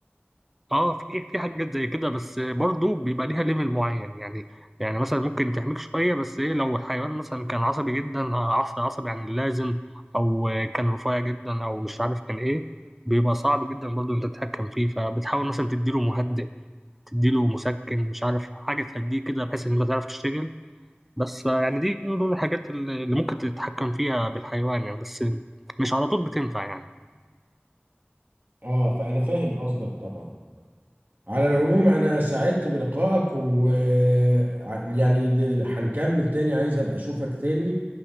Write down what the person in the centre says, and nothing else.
اه في في حاجات زي كده بس برضو بيبقى ليها ليفل معين يعني يعني مثلا ممكن تحميك شويه بس ايه لو الحيوان مثلا كان عصبي جدا عصبي عصبي عن اللازم او كان رفيع جدا او مش عارف كان ايه بيبقى صعب جدا برضو انت تتحكم فيه فبتحاول مثلا تديله مهدئ تديله مسكن مش عارف حاجه تهديه كده بحيث ان انت تعرف تشتغل بس يعني دي من ضمن الحاجات اللي اللي ممكن تتحكم فيها بالحيوان يعني بس مش على طول بتنفع يعني